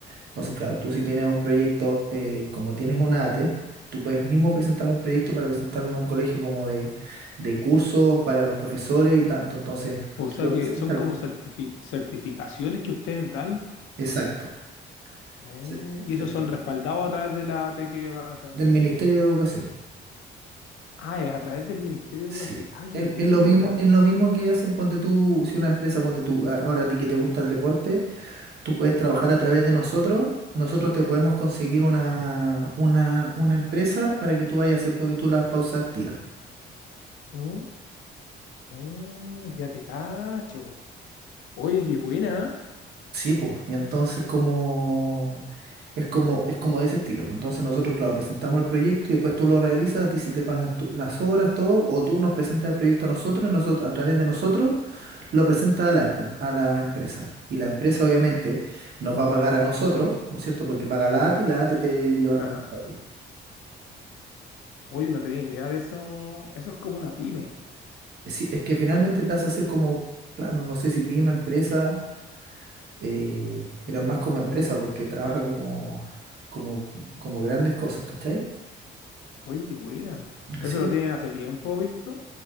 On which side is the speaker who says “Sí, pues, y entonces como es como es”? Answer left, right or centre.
Right